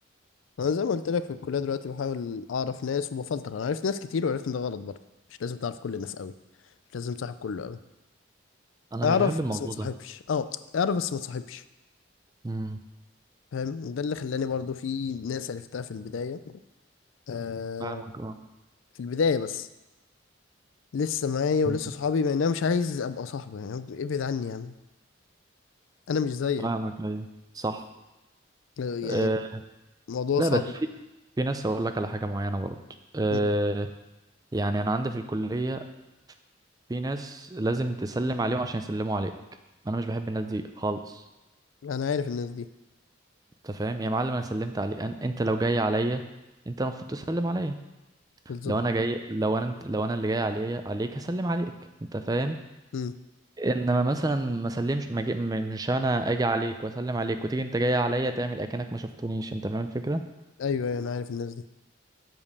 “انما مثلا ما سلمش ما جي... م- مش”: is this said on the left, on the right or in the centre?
Right